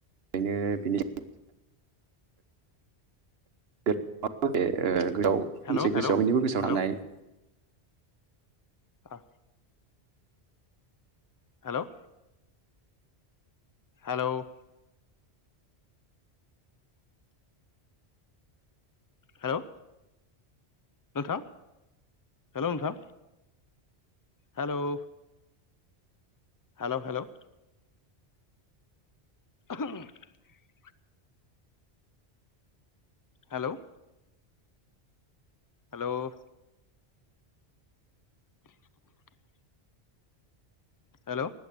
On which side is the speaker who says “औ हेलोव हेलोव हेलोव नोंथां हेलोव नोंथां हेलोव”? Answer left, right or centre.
Left